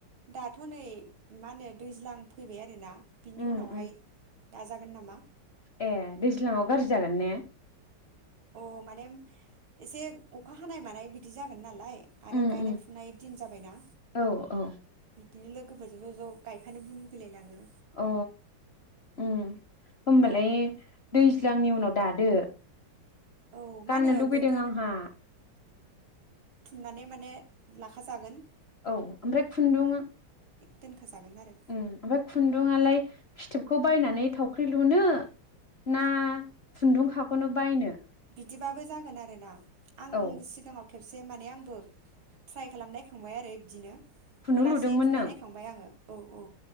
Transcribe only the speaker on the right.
दाथ' नै मा होनो दैज्लां फैबाय आरोना बिनि
उनावहाय
दाजागोन नामा
अ माने एसे अखा हानाय मानाय बिदि जागोन नालाय आरो
गायनाय
फुनाय दिन जाबायना
बिदिनो <unintelligible> ज' ज' गायफानोबो लुगैलायलाङो।
औ मा
होनो
बेफोर
नानै माने लाखा जागोन।
दोनखाजागोन आरो
दिबाबो जागोन आरो ना। आं
सिगाङाव खेबसे माने आंबो ट्राइ खालामनायखांबाय आरो बिदिनो।
थलासे
थुननाय
नायखांबाय आङो। औ औ